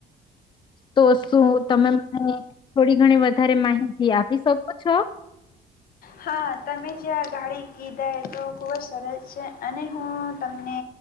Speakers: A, on the left (about 30°); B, on the left (about 60°).
A: તો શું તમે મને થોડી ઘણી વધારે માહિતી આપી શકો છો.
B: હા તમે જે આ ગાડી કીધા તો ખૂબ જ સરસ છે અને હું તમને